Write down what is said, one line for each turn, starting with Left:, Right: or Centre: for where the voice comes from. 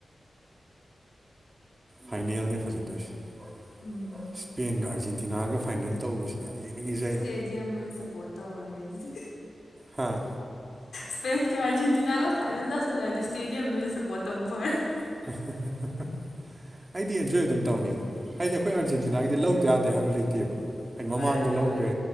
Right: ꯐꯥꯏꯅꯦꯜꯅꯤ ꯐꯖꯗꯣꯏꯁꯦ
Left: ꯎꯝ
Right: ꯏꯁꯄꯦꯟꯒ ꯑꯥꯔꯖꯦꯟꯇ ꯗꯤꯅꯥꯒ ꯐꯥꯏꯅꯦꯜ ꯇꯧꯕꯁꯤꯅꯦ ꯌꯥꯝ ꯌꯦꯡꯅꯤꯡꯉꯤꯁꯦ ꯑꯩꯅ
Left: ꯏꯁꯇꯦꯗꯤꯌꯝ ꯑꯣꯏꯅ ꯁꯞꯄꯣꯔꯠ ꯇꯧꯔꯒꯦ ꯑꯗꯨꯗꯤ
Right: ꯍꯥꯥ
Left: ꯁ꯭ꯄꯦꯟꯀ ꯑꯥꯔꯖꯦꯟꯇꯤꯅꯥꯒ ꯐꯥꯏꯅꯦꯜ ꯇꯥꯁꯜꯂꯛꯑꯗꯤ ꯏꯁꯇꯦꯗꯤꯌꯝꯗ ꯑꯣꯏꯅ ꯁꯞꯄꯣꯔꯠ ꯇꯧꯕꯅ ꯐꯔꯦ ꯑꯗꯨꯗꯤ
Right: ꯍ ꯑꯩꯗꯤ ꯑꯦꯟꯖꯣꯏ ꯑꯗꯨꯝ ꯇꯧꯅꯤ ꯍꯥꯏꯗꯤ ꯑꯩꯈꯣꯏ ꯇꯑꯥꯔꯖꯦꯟꯇꯤꯅꯥꯒꯤꯗꯤ ꯂꯧꯗ ꯌꯥꯗꯦ ꯍꯥꯏꯕ ꯂꯩꯇꯦꯕ ꯃꯃꯥꯡꯗ
Left: ꯋꯥꯏ ꯑꯗꯨꯕꯨꯗꯤ
Right: ꯂꯧꯈ꯭ꯔꯦ